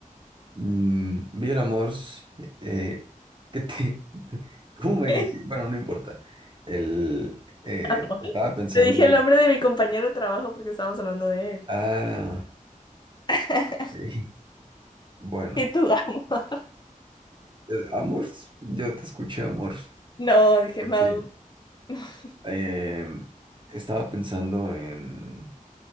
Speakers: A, on the right; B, on the left.
A: Mm, bien, amors. Eh, ¿qué te... <laughs> ¿Cómo me
B: <laughs>
A: dije? Bueno, no importa. El, eh,
B: Amor.
A: estaba pensando.
B: Te dije el nombre de mi compañero de trabajo porque estábamos hablando de él.
A: Ah,
B: <laughs>
A: eh, <laughs> bueno.
B: Y tú, amor.
A: Eh, Amors, yo te escuché, amors.
B: No, dije
A: En
B: Mau.
A: fin.
B: <laughs>
A: Eh, estaba pensando en